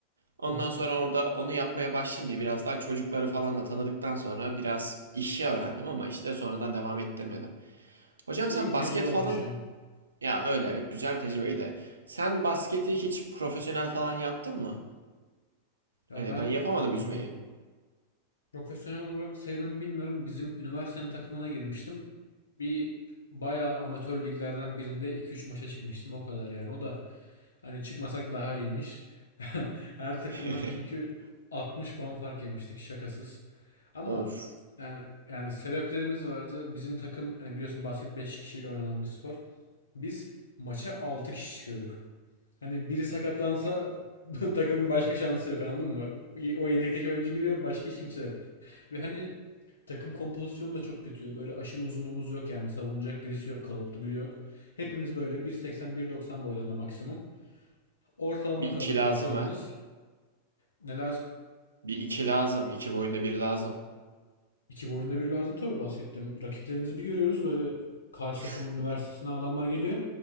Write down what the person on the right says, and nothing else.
Ondan
sonra orada onu yapmaya başlayınca biraz daha çocukları falan da tanıdıktan sonra biraz işi öğrendim ama işte sonradan devam ettirmedim. Hocam
sen
basket
falan
ya öyle güzel tecrübeydi. Sen basketi hiç profesyonel falan yaptın mı?
Hani
ben yapamadım
yüzmeyi.
<laughs>
Of.
Bir iki
lazım
ha.
Bir iki lazım. İki boyunda bir lazım.
<laughs>